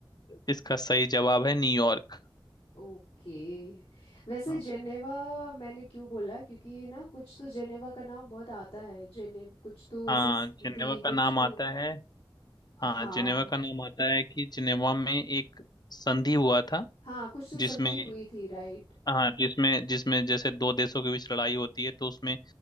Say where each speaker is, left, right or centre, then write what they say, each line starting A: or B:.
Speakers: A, on the left; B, on the left.
A: इसका सही जवाब है न्यूयॉर्क
B: ओके वैसे
A: हाँ
B: जेनेवा मैंने क्यों बोला क्योंकि ना कुछ तो जेनेवा का नाम बहुत आता है जेने कुछ तो ऐसे
A: हाँ,
B: संधि
A: जिनेवा का
B: कुछ
A: नाम
B: तो
A: आता है हाँ
B: हाँ
A: जिनेवा का नाम आता है कि जिनेवा में एक संधि हुआ था
B: हाँ कुछ तो संधि
A: जिसमें
B: हुई थी राइट
A: हाँ जिसमें जिसमें जैसे दो देशों के बीच लड़ाई होती है तो उसमें